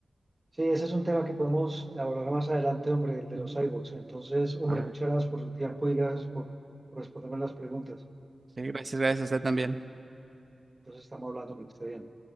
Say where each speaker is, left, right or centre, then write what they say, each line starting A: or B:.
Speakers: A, on the right; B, on the right.
A: Sí, ese es un tema que podemos abordar más adelante, hombre, el de
B: Ujú.
A: los cyborgs. Entonces, hombre,
B: Ah,
A: muchas gracias por su tiempo y gracias por, por responderme las preguntas.
B: sí, gracias, gracias a usted también.
A: Entonces, estamos hablando, hombre, que esté bien.